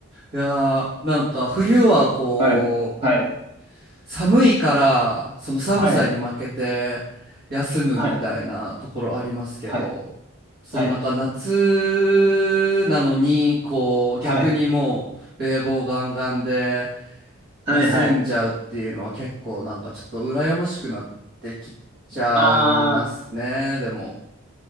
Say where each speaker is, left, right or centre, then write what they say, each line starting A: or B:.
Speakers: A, on the right; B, on the right.
A: いやー、なんか冬はこう、
B: はい、はい、
A: 寒いから、その寒さに負けて休むみたいなところありますけど、
B: はい、はい、はい、
A: そのなんか夏なのに、
B: はい、
A: こう、逆にもう冷房ガンガンで
B: はい、はい、
A: 休んじゃうっていうのは結構なんかちょっと羨ましくなってきちゃいますね、
B: はい。あ
A: でも。